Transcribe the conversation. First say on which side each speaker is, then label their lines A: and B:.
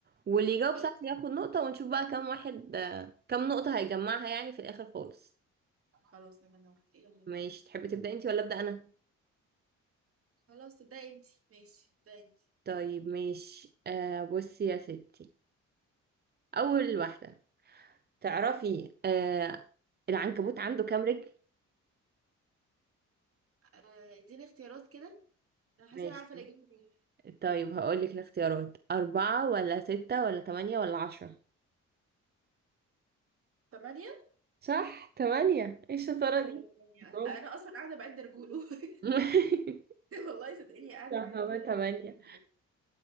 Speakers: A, on the right; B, on the right.
A: واللي يجاوب
B: خلاص
A: صح ياخد نقطة ونشوف بقى كم واحد آه، كم نقطة هيجمعها يعني في الاخر خالص
B: خلاص انا موافقة يلا بينا
A: ماشي تحبي تبدأ انتي ولا أبدأ انا
B: خلاص ده انتي ماشي ده انتي
A: طيب ماشي آه بصي يا ستي أول واحدة تعرفي آه العنكبوت عنده كام رجل؟
B: آه، اديني اختيارات كده انا حاسة
A: ماشي
B: انا عارفة الاجابة دي
A: طيب هقولك الاختيارات أربعة ولا ستة ولا تمانية ولا عشرة
B: تمانية
A: صح تمانية ايه الشطارة
B: ايوه
A: دي؟
B: تمانية
A: برافو
B: انا اصلا قاعدة بعد رجوله <laughs>
A: <laughs>
B: والله صدقني قاعدة
A: صح
B: بعد
A: هو
B: رجوله
A: تمانية
B: بجد.